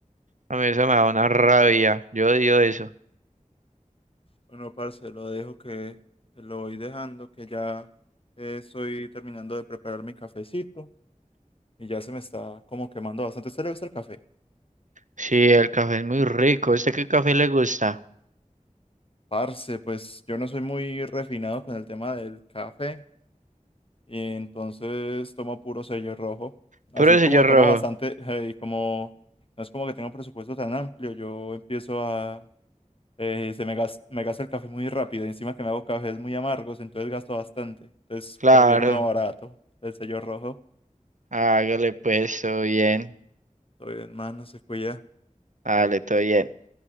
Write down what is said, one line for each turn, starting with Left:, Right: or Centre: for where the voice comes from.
Right: a mí eso me da una rabia, yo odio eso.
Left: Bueno, parce, lo dejo que lo voy dejando, que ya eh, estoy terminando de preparar mi cafecito y ya se me está como quemando bastante. ¿A ¿Usted le gusta el café?
Right: Sí, el café es muy rico, ¿a ¿usted qué café le gusta?
Left: Parce, pues yo no soy muy refinado con el tema del café y entonces tomo puro sello rojo. Así
Right: Puro sello
Left: como
Right: rojo,
Left: tomo bastante, <laughs> eh, y como no es como que tenga un presupuesto tan amplio, yo empiezo a Eh, se me, gas- me gasto el café muy rápido y encima que me hago cafés muy amargos, entonces gasto bastante. Entonces
Right: claro,
Left: prefiero uno barato, el sello rojo.
Right: hágale pues, todo bien,
Left: Todo bien, más no se cuida.
Right: hágale, todo bien.